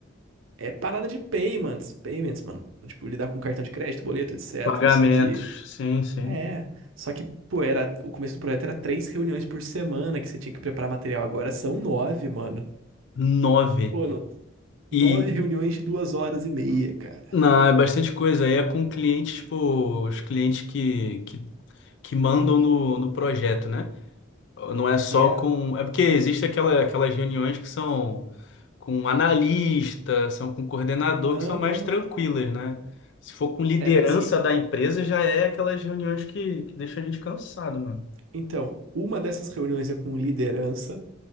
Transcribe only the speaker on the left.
Pagamentos.
Sim, sim.
Nove.
E,
não, é bastante coisa. Aí é com clientes, tipo, os clientes que, que, que mandam no, no projeto, né? Não é só
com. É porque existe aquela, aquelas reuniões que são com analista, são com coordenador,
que são
mais tranquilas, né? Se for com liderança
da empresa, já é aquelas reuniões que, que deixam a gente cansado, mano.